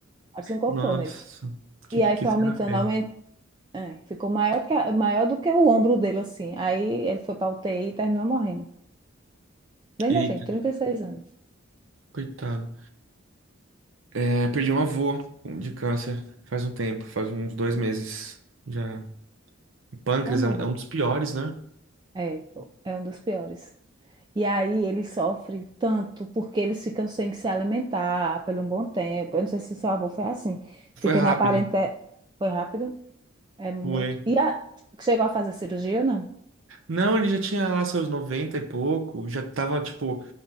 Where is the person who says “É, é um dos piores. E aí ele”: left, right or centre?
Right